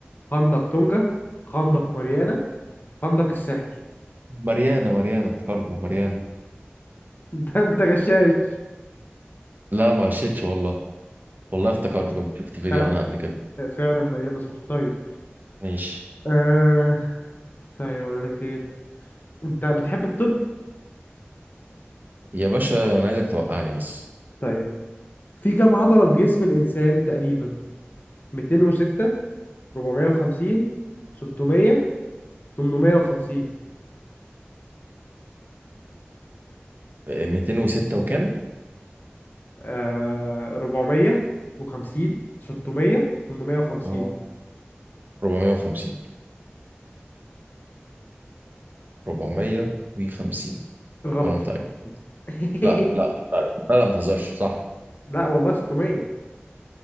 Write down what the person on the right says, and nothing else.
<laughs> ماريانا ماريانا افتكرته ماريانا
لا ما غشيتش والله والله
افتكرته كنت شفت فيديو
عنها قبل كده
ماشي
يا باشا انا عايزك توقعني بس
إيه، 206 وكام
اه 450 450
وانا متأكد
لا لا لا لا لا ما تهزرش صح